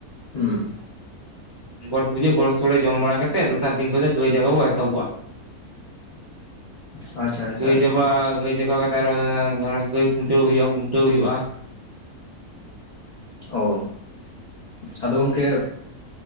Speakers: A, on the left; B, on the right.
A: ᱦᱩᱸ
B: ᱜᱚᱴ ᱯᱩᱡᱟᱹ ᱜᱚᱴ ᱥᱳᱲᱮ ᱡᱚᱢ ᱵᱟᱲᱟ ᱠᱟᱛᱮᱫ ᱫᱚᱥᱟᱨ ᱫᱤᱱ ᱠᱷᱚᱡ ᱫᱚ ᱜᱟᱹᱭ ᱡᱟᱜᱟᱣ ᱮᱦᱚᱵ ᱛᱚᱵᱟ
A: ᱟᱪᱪᱷᱟ ᱟᱪᱪᱷᱟ
B: ᱜᱟᱹᱭ
A: ᱟᱪᱪᱷᱟ
B: ᱡᱚᱵᱟ ᱜᱟᱹᱭ ᱡᱟᱜᱟ <unintelligible> ᱜᱟᱹᱭ ᱠᱷᱩᱱᱴᱟᱹᱣ ᱦᱩᱭᱩᱜᱼᱟ ᱠᱷᱩᱱᱴᱟᱹᱣ ᱦᱩᱭᱩᱜᱼᱟ᱾
A: ᱚ ᱟᱫᱚ ᱜᱚᱝᱠᱮ